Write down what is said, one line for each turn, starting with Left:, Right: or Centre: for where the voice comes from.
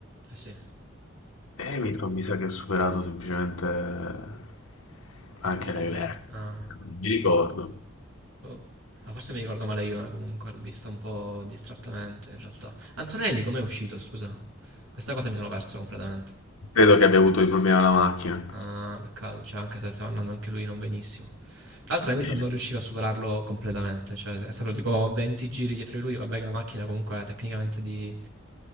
Right: eh sì.
Left: e Hamilton mi sa che ha superato semplicemente anche
Right: Mm,
Left: Leclerc.
Right: ah,
Left: Non mi ricordo.
Right: boh. Ma forse mi ricordo male io, eh, comunque, l'ho vista un po' distrattamente in realtà. Antonelli com'è uscito, scusa? Questa cosa mi sono perso completamente.
Left: Credo che abbia avuto dei problemi alla macchina.
Right: Ah, peccato, cioè anche se stava andando anche lui non benissimo. Tra l'altro
Left: Sì.
Right: Hamilton non riusciva a superarlo completamente, cioè è stato tipo 20 giri dietro di lui, vabbè che la macchina comunque tecnicamente di,